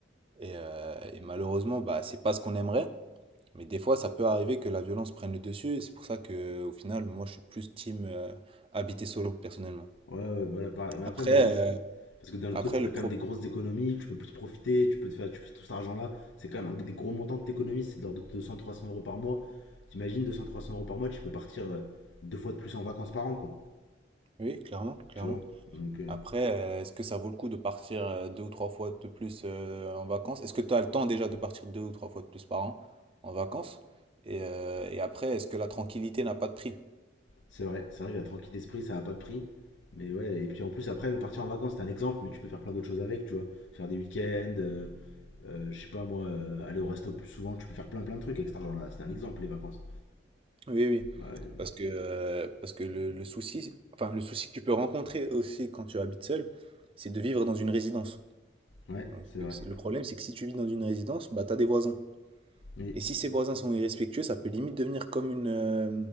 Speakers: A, on the right; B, on the left.
A: Et, euh, et malheureusement, bah, c'est pas ce qu'on aimerait. Mais des fois, ça peut arriver que la violence prenne le dessus. Et c'est pour ça que, au final, moi, je suis plus team euh, habiter solo, personnellement.
B: Ouais, ouais, voilà, pareil. Mais
A: Après,
B: après, moi, j'hésite.
A: euh,
B: Parce que d'un autre
A: après
B: côté, ça fait
A: le
B: quand
A: pro...
B: même des grosses économies. Tu peux plus profiter. Tu peux te faire tu peux- tout cet argent-là. C'est quand même un- des gros montants que tu économises. C'est de l'ordre de deux cents à 300 euros par mois. T'imagines deux cents à 300 euros par mois, tu peux partir euh, deux fois de plus en vacances par an, quoi.
A: Oui, clairement, clairement.
B: Tu vois Donc, euh,
A: Après, euh, est-ce que ça vaut le coup de partir euh, deux ou trois fois de plus euh, en vacances? Est-ce que tu as le temps déjà de partir deux ou trois fois de plus par an en vacances? Et, euh, et après, est-ce que la tranquillité n'a pas de prix?
B: C'est vrai, c'est vrai que la tranquille d'esprit, ça n'a pas de prix. Mais ouais, et puis en plus, après, mais partir en vacances, c'est un exemple, mais tu peux faire plein d'autres choses avec, tu vois. Faire des week-ends, euh, euh, je sais pas moi, euh, aller au resto plus souvent, tu peux faire plein plein de trucs avec cet argent-là. C'est un exemple, les vacances.
A: Oui, oui.
B: Ouais,
A: Parce que, euh, parce que le, le souci, enfin, le souci que tu peux rencontrer aussi quand tu habites seul, c'est de vivre dans une résidence.
B: ouais,
A: Donc,
B: c'est vrai.
A: c'est- le problème, c'est que si tu vis dans une résidence, bah, tu as des voisins.
B: Oui,
A: Et si ces voisins sont irrespectueux, ça peut limite devenir comme une, euh,